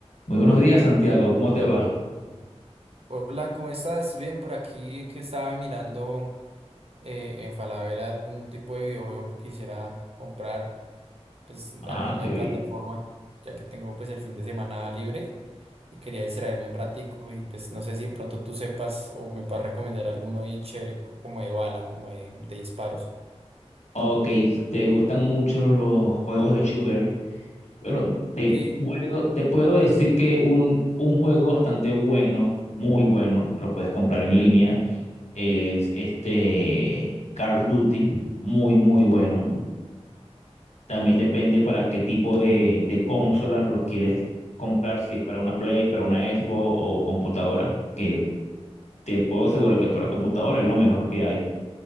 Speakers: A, on the left; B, on the right.
A: Muy buenos días, Santiago. ¿Cómo te va?
B: Hola, ¿cómo estás? Bien, por aquí que estaba mirando eh, en Falabella algún tipo de videojuego que quisiera comprar, pues
A: Ah,
B: alguno
A: qué
B: de plataforma,
A: bien.
B: ya que tengo pues el fin de semana libre y quería distraerme un ratico y pues no sé si de pronto tú sepas o me puedas recomendar alguno bien chévere co- como de bala, como de, de disparos.
A: Ok, te gustan mucho los juegos de shooter. Bueno, te
B: Sí,
A: puedo, te puedo decir que un, un juego bastante bueno, muy bueno, lo puedes comprar en línea, es este Call of Duty, muy, muy bueno. También depende para qué tipo de, de consola lo quieres comprar, si es para una Play, para una Xbox o computadora, que te puedo asegurar
B: ah, ok.
A: que para computadora es lo mejor que hay.